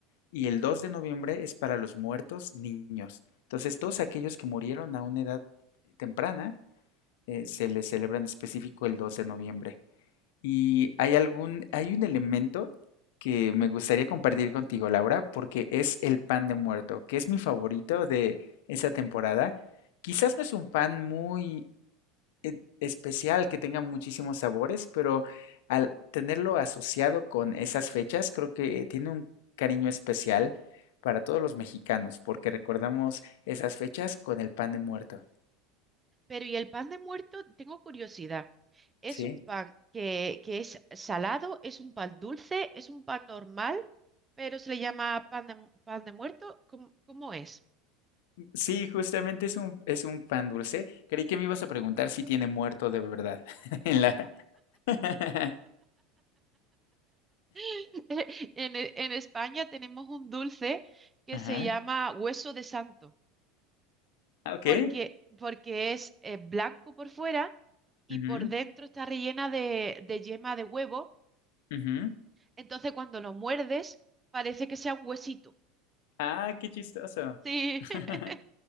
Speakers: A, on the left; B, on the right.
A: Y el 2 de noviembre es para los muertos niños. Entonces, todos aquellos que murieron a una edad temprana, eh, se les celebra en específico el 2 de noviembre. Y hay algún, hay un elemento que me gustaría compartir contigo, Laura, porque es el pan de muerto, que es mi favorito de esa temporada. Quizás no es un pan muy eh, especial, que tenga muchísimos sabores, pero al tenerlo asociado con esas fechas, creo que tiene un cariño especial para todos los mexicanos, porque recordamos esas fechas con el pan de muerto,
B: Pero ¿y el pan de muerto? Tengo curiosidad. ¿Es
A: ¿sí?
B: un pan que, que es salado? ¿Es un pan dulce? ¿Es un pan normal? Pero se le llama pan de, mu- pan de muerto. ¿Cómo, cómo es?
A: Sí, justamente es un, es un pan dulce. Creí que me ibas a preguntar si tiene muerto de verdad. <laughs> En la... <laughs>
B: <laughs> En, E- en España tenemos un dulce que
A: Ajá.
B: se llama hueso de santo,
A: Ah, ok.
B: porque, porque es eh, blanco por fuera y
A: Ujú,
B: por dentro está rellena de, de yema de huevo.
A: ujú.
B: Entonces cuando lo muerdes parece que sea un huesito.
A: Ah, qué chistoso.
B: Sí,
A: <laughs>
B: <laughs>